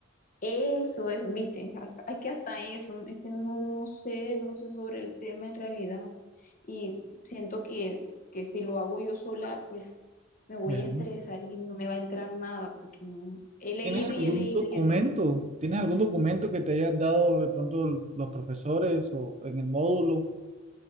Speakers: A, on the left; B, on the right.
A: Eso, eso, viste, a- es que hasta eso, es que no, no sé, no sé sobre el tema en realidad. Y siento que, que si lo hago yo sola, pues me voy
B: Bueno,
A: a estresar y no me va a entrar nada, porque no, he leído
B: ¿tienes
A: y
B: algún
A: he leído
B: documento?
A: y he leído.
B: ¿Tienes algún documento que te hayas dado de pronto los profesores o en el módulo